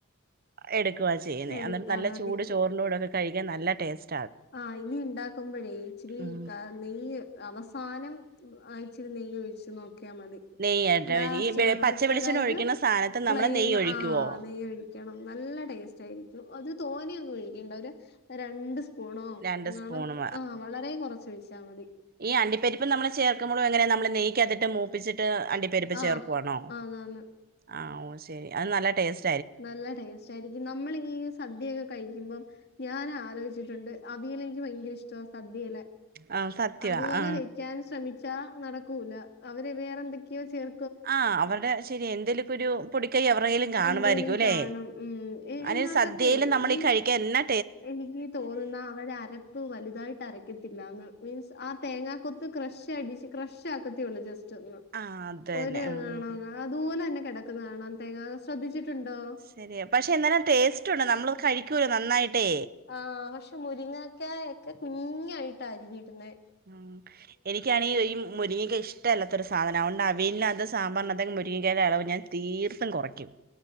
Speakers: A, on the right; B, on the left.
A: എടുക്കുവാ ചെയ്യുന്നേ
B: എടുത്താ
A: അന്നിട്ട് നല്ല
B: മതി
A: ചൂട് ചോറിന്റുടൊക്കെ കഴിക്കാൻ നല്ല ടേസ്റ്റ്
B: ആഹ് ഇനി ഇണ്ടാക്കുമ്പോഴേ ഇച്ചിരി
A: ഉം
B: നെയ്യ് അവസാനം ഉം ആഹ് ഇച്ചിരി നെയ് ഒഴിച്ച് നോക്കിയാൽ മതി
A: നെയ്യായിട്ട്
B: ലാസ്റ്റിലോ
A: ഈ വെ- പച്ച വെളിച്ചെണ്ണ
B: അതായത്
A: ഒഴിക്കുന്ന സാധനത്ത്
B: ഫ്ലയിമ്
A: നമ്മള് നെയ്യ് ഒഴിക്കുവോ
B: ആഹ് നെയ്യ് ഒഴി ക്കണം നല്ല ടേസ്റ്റ് ആയിരിക്കും അത് തോനെയൊന്നും ഒഴിക്കണ്ട ഒരഹ് രണ്ട് സ് പൂണോങ്ങാണം
A: രണ്ട് സ്പൂണ്
B: ആഹ് വളരെ കൊറച്ചൊഴിച്ചാൽ മതി
A: ഈ അണ്ടിപ്പരിപ്പ് നമ്മൾ ചേർക്കുമ്പള് എങ്ങനെ നമ്മള് നെയ്കത്തിട്ട് മൂപ്പിച്ചിട്ട് അണ്ടി പ്പരിപ്പ്
B: ആഹ്
A: ചേർക്കുവാണോ
B: ആന്നാന്ന്
A: ആഹ് ശെരി അതിന് നല്ല ടെസ്റ്റ്‌
B: നല്ല ടേസ്റ്റ് ആയിരിക്കും നമ്മൾ ഈ സദ്യൊക്കെ കഴിക്കുമ്പം ഞാൻ ആലോചിച്ചിട്ടുണ്ട് അവിയൽ എനിക്ക് ഭയങ്കര ഇഷ്ടാ സദ്യയിലെ
A: ആ സത്യവാ
B: അതുപോലെ
A: ആ
B: വെയ്ക്കാൻ ശ്രമിച്ചാ നടക്കൂല അവര് വേറെ എന്തൊക്കെയോ ചേർ
A: ആഹ് അവരുടെ ശെരി എന്തെലൊക്കെ ഒരു പൊടിക്കൈ അവരുടെലും കാണുമായിരിക്കും
B: എന്തേലും
A: ലെ
B: കാണും ഉം
A: അതിന്
B: അയിനകത്തൊക്കെ
A: സ ദ്യയിൽ നമ്മളീ
B: ഈ
A: കഴിക്കൻ എന്നെ
B: എനിക്ക് തോന്നുന്ന അവരുടെ അര പ്പ് വലുതായിട്ട് അരയ്ക്കത്തില്ലാന്ന് മീൻസ് ആഹ് തേങ്ങാ കൊത്ത് ക്രഷ് അടിച്ച് ക്രഷാക്കത്തേയൊള്ളു ജസ്റ്റ് റ്റ് ഒന്ന്
A: ആ അത് തന്നെ
B: ഒര്
A: ഉം
B: തവണ ഒന്ന് അതുപോലെ തന്നെ കെടക്കുന്ന കാണാം തേങ്ങ ശ്രദ്ധിച്ചിട്ടുണ്ടോ
A: ശെരിയാ പശേ എന്നാലും ടേസ്റ്റുണ്ട് നമ്മളത് കഴിക്കൂലെ നന്നായിട്ട്
B: ആഹ് പക്ഷെ മുരിങ്ങക്കായൊക്കെ കുഞ്ഞായിട്ടാ അരിഞ്ഞിടുന്നേ.
A: ഉം എനിക്കാണെ ഈ മുരിങ്ങക്ക ഇഷ് ട്ടല്ലാത്തൊരു സാധനാ അത് കൊണ്ട് അവിയൽനകത്തും സാമ്പാറിന് ആത്തും മുരിങ്ങകായടെ അളവ് ഞാൻ തീർത്തും കൊറക്ക്യും.